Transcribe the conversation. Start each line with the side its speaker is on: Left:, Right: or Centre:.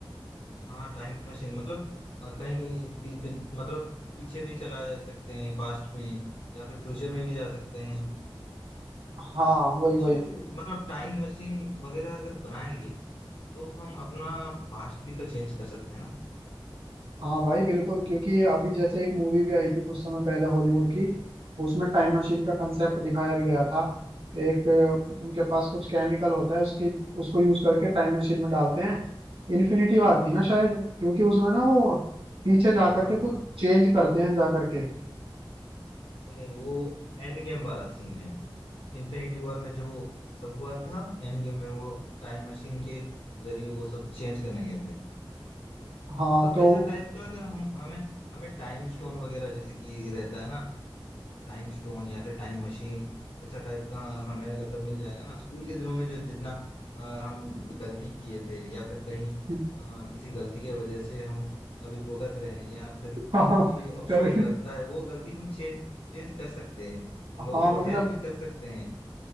Left: हाँ टाइम मशीन मतलब अ, कहीं पी, पी, मतलब पीछे भी चला जा सकते हैं पास्ट में या फिर फ्यूचर में भी जा सकते हैं
Right: हाँ वही
Left: कुछ
Right: वही
Left: मतलब टाइम मशीन वगैरह अगर बनाएंगे तो हम अपना पास्ट भी तो चेंज कर सकते हैं ना
Right: हाँ भाई बिल्कुल क्योंकि अभी जैसे एक मूवी भी आई थी कुछ समय पहले हॉलीवुड की उसमें टाइम मशीन का कंसेप्ट दिखाया भी गया था एक अ, उनके पास कुछ केमिकल होता है उसके उसको यूज करके टाइम मशीन में डालते हैं इन्फिनिटी वार थी ना शायद क्योंकि उसमें ना वो पीछे जा
Left: हाँ
Right: करके कुछ
Left: हाँ
Right: चेंज करते हैं जा करके
Left: नहीं नहीं वो एंड गेम वाला सीन है इन्फिनिटी वॉर में जो सब हुआ था एंड गेम में वो टाइम मशीन के जरिए वो सब चेंज करने गए थे
Right: हाँ
Left: मतलब
Right: तो
Left: वैसा टाइप का अगर हम हमें हमें टाइम स्टोन वगैरह जैसे कि रहता है ना टाइम स्टोन या फिर टाइम मशीन ऐसा टाइप का हमें अगर मिल जाएगा ना स्कूल के दिनों में जो जितना अ, हम गलती किए थे या फिर कहीं
Right: <laughs>
Left: अ, किसी गलती के वजह से हम अभी भुगत रहे हैं या फिर
Right: हाँ
Left: कहीं अफसोस
Right: कभी
Left: लगता है वो गलती हम चेंज चेंज कर सकते हैं और लोगों
Right: हाँ
Left: को
Right: मतलब
Left: हेल्प भी कर सकते हैं